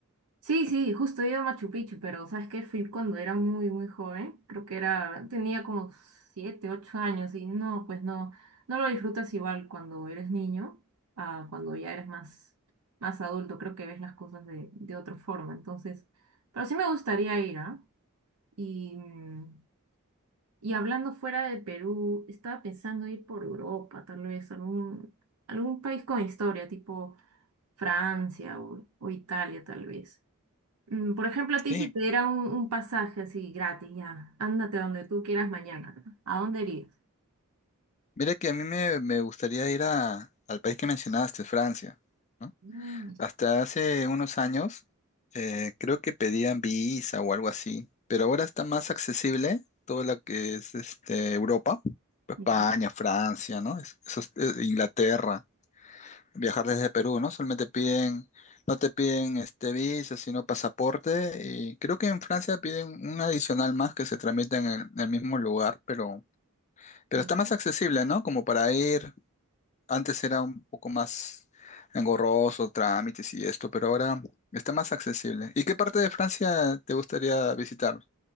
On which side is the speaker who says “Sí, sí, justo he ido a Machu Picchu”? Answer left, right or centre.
Right